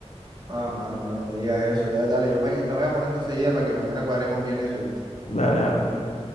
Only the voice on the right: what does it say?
Ah, mano,
mano, no digas eso. Ya, dale, yo mañana me voy a poner eso enseguida para que mañana cuadremos bien eso, ¿viste?